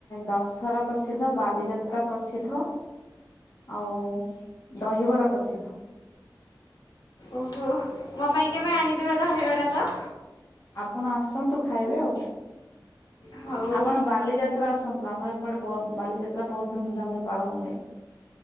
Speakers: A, on the left (about 50°); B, on the left (about 65°).
A: ଦଶହରା ପ୍ରସିଦ୍ଧ ବାଲିଯାତ୍ରା ପ୍ରସିଦ୍ଧ। ଆଉ ଦହିବରା ପ୍ରସିଦ୍ଧ।
B: ଓହୋ ମୋ ପାଇଁ କେବେ ଆଣିଦେବେ ଧହିବରା ତ।
A: ଆପଣ ଆସନ୍ତୁ ଖାଇବେ ଆଉ
B: ହଉ
A: ଆପଣ ବାଲିଯା ଯାତ୍ରା ଆସନ୍ତୁ ଆମର ଏପଟେ ବାଲିଯାତ୍ରା ବହୁତ ଧୁମଧାମରେ ପାଳନ ହୁଏ।